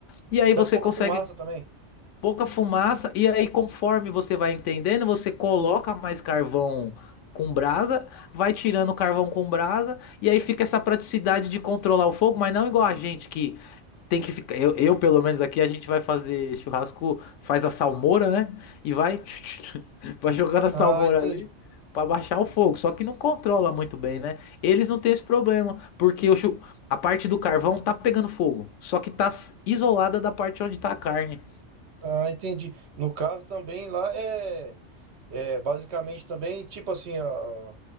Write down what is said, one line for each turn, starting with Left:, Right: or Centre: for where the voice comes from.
Left: E aí
Right: E dá
Left: você
Right: pouca
Left: consegue
Right: fumaça também.
Left: pouca fumaça, e aí conforme você vai entendendo, você coloca mais carvão com brasa, vai tirando o carvão com brasa, e aí fica essa praticidade de controlar o fogo, mas não igual a gente que tem que ficar. Eu, eu, pelo menos aqui, a gente vai fazer churrasco, faz a salmoura, né? E vai, <laughs> vai jogando a salmoura
Right: Ah, entendi.
Left: ali. Pra baixar o fogo, só que não controla muito bem, né? Eles não têm esse problema, porque o chu- a parte do carvão tá pegando fogo, só que tá s- isolada da parte onde tá a carne.
Right: Ah, entendi. No caso também lá é, é basicamente também tipo assim, a,